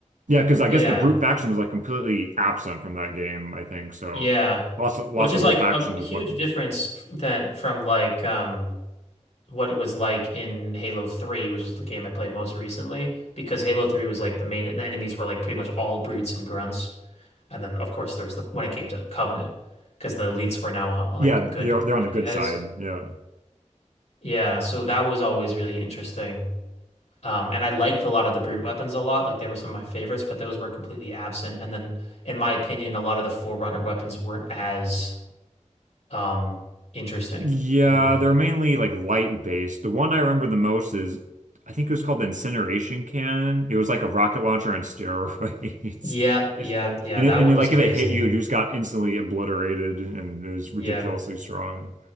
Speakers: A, on the right (about 85°); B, on the left (about 55°).
A: Yeah, because I
B: Yeah.
A: guess the brute faction was like completely absent from that game, I think. So
B: Yeah.
A: lost lost
B: Which is
A: a whole
B: like
A: faction
B: a
A: to
B: huge
A: weapons.
B: difference f- than from like um what it was like in Halo 3, which is the game I played most recently, because Halo 3 was like the main the enemies were like pretty much all brutes and grunts. And then of course there's the when it came to Covenant, because the elites were now uh, like
A: Yeah,
B: good
A: they're they're on
B: good
A: the good
B: guys.
A: side. Yeah.
B: Yeah, so that was always really interesting. Um, and I liked a lot of the brute weapons a lot. Like they were some of my favorites, but those were completely absent. And then, in my opinion, a lot of the Forerunner weapons weren't as um, interesting,
A: Yeah,
B: in my opinion.
A: they're mainly like light based. The one I remember the most is I think it was called the incineration cannon. It was like a rocket launcher on steroids.
B: Yeah,
A: <laughs> It's-
B: yeah, yeah.
A: And
B: That
A: it, and
B: one
A: it,
B: was
A: like
B: crazy.
A: if it hit you, you just got instantly obliterated and it was ridiculously
B: Yeah,
A: strong.